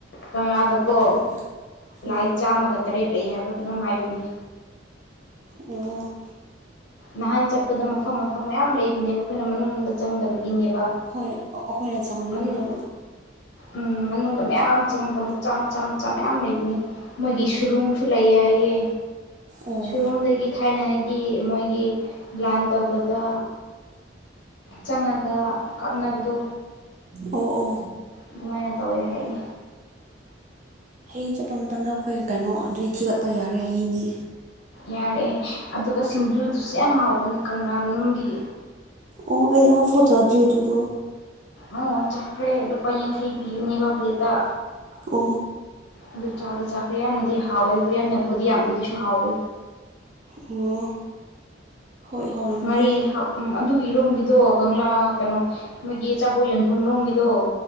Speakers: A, on the left; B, on the right.
A: ꯀꯪꯂꯥꯗꯀꯣ
B: ꯑꯣ ꯍꯣꯏ ꯎꯝ
A: ꯂꯥꯏ ꯆꯥꯝꯃꯒ ꯇꯔꯦꯠ ꯂꯩ ꯍꯥꯏꯕ꯭ꯔꯥ ꯀꯩꯅꯣꯝ ꯍꯥꯏꯕꯅꯤ
B: ꯑꯣ
A: ꯅꯍꯥꯟ ꯆꯠꯄꯗ ꯃꯐꯝ ꯃꯐꯝ ꯃꯌꯥꯝ ꯂꯩꯕꯅꯦꯕ ꯑꯩꯈꯣꯏꯅ ꯃꯅꯨꯡꯗ ꯆꯪꯗꯕꯒꯤꯅꯦꯕ
B: ꯍꯣꯏ ꯑꯩꯈꯣꯏꯅ ꯆꯪꯗꯕꯤꯗ
A: ꯃꯅꯨꯡ ꯎꯝ ꯃꯅꯨꯡꯗ ꯃꯌꯥꯝ ꯆꯪꯉꯒ ꯃꯆꯥ ꯃꯆꯥ ꯃꯆꯥ ꯃꯌꯥꯝ ꯂꯩꯕꯅꯤ ꯃꯣꯏꯒꯤ ꯁꯨꯔꯨꯝꯁꯨ ꯂꯩ ꯍꯥꯏꯌꯦ
B: ꯑꯣ
A: ꯁꯨꯔꯨꯝꯗꯒꯤ ꯊꯥꯏꯅꯉꯩꯒꯤ ꯃꯣꯏ ꯑꯩ ꯒꯤ ꯂꯥꯟ ꯇꯧꯕꯗ ꯆꯪꯉꯒ ꯀꯥꯞꯅꯕꯗꯣ
B: ꯑꯣ ꯑꯣ
A: ꯑꯗꯨꯃꯥꯏꯅ ꯇꯧꯋꯦ ꯍꯥꯏꯌꯦ
B: ꯍꯌꯦꯡ ꯆꯠꯄ ꯃꯇꯝꯗ ꯑꯩꯈꯣꯏ ꯀꯩꯅꯣ ꯑꯗꯨꯗꯤ ꯊꯤꯒꯠꯄ ꯌꯥꯔꯦ ꯍꯌꯦꯡꯗꯤ
A: ꯌꯥꯔꯦ ꯑꯗꯨꯒ ꯁꯤꯡꯖꯨꯗꯨꯁꯨ ꯌꯥꯝ ꯍꯥꯎꯕꯅꯤ ꯀꯪꯂꯥ ꯃꯅꯨꯡꯒꯤ
B: ꯑꯣ ꯑꯩ ꯑꯃ ꯐꯥꯎ ꯆꯥꯗ꯭ꯔꯤ ꯑꯗꯨꯗꯣ
A: ꯑꯣ ꯆꯥꯈ꯭ꯔꯦ ꯂꯨꯄꯥ ꯌꯥꯡꯈꯩ ꯄꯤꯕꯅꯦ ꯄꯂꯤꯦꯇ
B: ꯑꯣ
A: ꯑꯗꯨ ꯆꯥꯗꯤ ꯆꯥꯈ꯭ꯔꯦ ꯌꯥꯝꯅꯗꯤ ꯍꯥꯎꯋꯦ ꯑꯗꯨꯒ ꯌꯥꯝꯅꯕꯨꯗꯤ ꯌꯥꯝꯗꯦ ꯑꯗꯨꯁꯨ ꯍꯥꯎꯋꯦ
B: ꯑꯣ ꯍꯣꯏ ꯍꯧꯔꯝꯒꯅꯤ
A: ꯉꯔꯤ ꯎꯝ ꯑꯗꯨꯒꯤ ꯏꯔꯣꯝꯒꯤꯗꯣ ꯀꯪꯂꯥ ꯀꯩꯅꯣ ꯃꯣꯏꯒꯤ ꯑꯆꯥꯄꯣꯠ ꯌꯣꯟꯐꯝ ꯂꯣꯝꯒꯤꯗꯣ